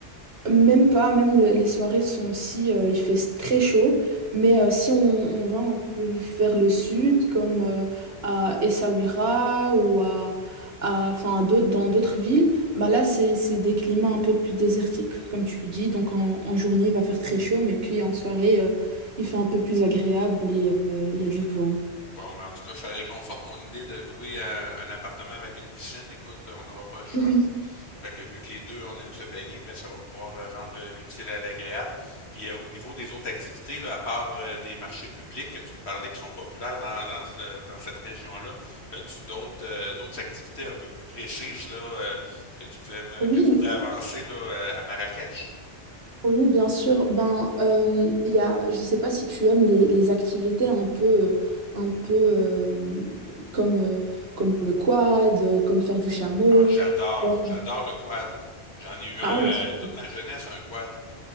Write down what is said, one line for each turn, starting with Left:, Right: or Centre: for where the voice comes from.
Right: Même pas, même le- les soirées sont aussi, euh, il fait très chaud, mais euh, si on, on va un peu vers le sud, comme euh, à Essaouira ou à, à- enfin, à d'autres- dans d'autres villes, bah là c'est c'est des climats un peu plus désertiques, comme tu dis. Donc en, en journée, il va faire très chaud, mais puis en soirée, euh, il fait un peu plus agréable et euh, il y a du vent.
Left: Bon, ben, en tout cas, ça réconforte mon idée de louer euh, un appartement avec une piscine. Écoute, on n'aura pas le choix.
Right: Oui,
Left: Fait que vu que les deux, on aime se baigner, mais ça va pouvoir euh, rendre euh, l'utile à l'agréable. Puis euh, au niveau des autres activités, là, à part euh, des marchés publics que tu me parlais qui sont populaires dans, dans ce- dans cette région-là, as-tu d'autres euh, d'autres activités un peu plus précises là, euh, que tu pouvais me-
Right: oui,
Left: que tu pourrais avancer là, euh, à Marrakech?
Right: Oui, bien sûr. Ben, euh, il y a, je sais pas si tu aimes les, les activités un peu, euh, un peu euh, comme, euh, comme le quad, euh, comme faire du chameau.
Left: Ah, j'adore,
Right: Ouais.
Left: j'adore le quad. J'en ai eu un
Right: Ah, super.
Left: euh, toute ma jeunesse, un quad.